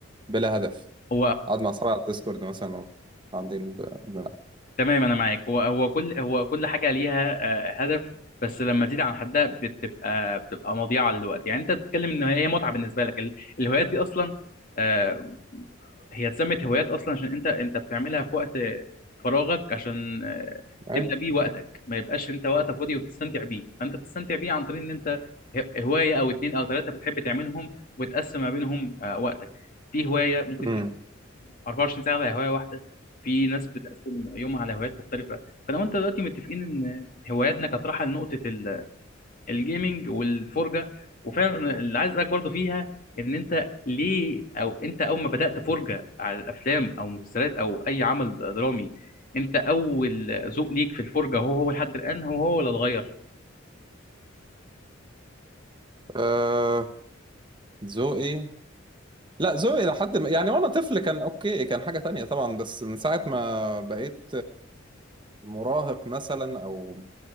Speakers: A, on the right (about 25°); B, on the left (about 45°).
A: بلا هدف
B: ف
A: قاعد مع اصحابي على الديسكورد مثلا و- قاعدين ب... بنلعب
B: تمام انا معاك هو هو كل هو كل حاجه ليها آه، هدف بس لما تزيد عن حدها بتبقى بتبقى مضيعه للوقت يعني انت بتتكلم ان هي متعه بالنسبه لك ال- الهوايات دي اصلا آه، هي اتسمت هوايات اصلا عشان انت انت بتعملها في وقت فراغك عشان آه،
A: ايه
B: تملى بيه وقتك ما يبقاش انت وقتك فاضي وبتستمتع بيه فانت بتستمتع بيه عن طريق ان انت ه- هوايه او اتنين او تلاته بتحب تعملهم وتقسم ما بينهم آه، وقتك في هوايه ممكن
A: امم
B: 24 ساعه على هوايه واحده في ناس بتقسم يومها على هوايات مختلفه فلو انت دلوقتي متفقين ان هواياتنا كانت رايحه لنقطه ال- الجيمنج والفرجه وفعلا أنا اللي عايز اسالك برضه فيها ان انت ليه او انت اول ما بدات فرجه على الافلام او مسلسلات او اي عمل درامي انت اول ذوق ليك في الفرجه هو هو لحد الان هو هو ولا اتغير؟
A: آه... ذوقي لا ذوقي لحد ما يعني وانا طفل كان اوكي كان حاجه تانية طبعا بس من ساعه ما بقيت مراهق مثلا او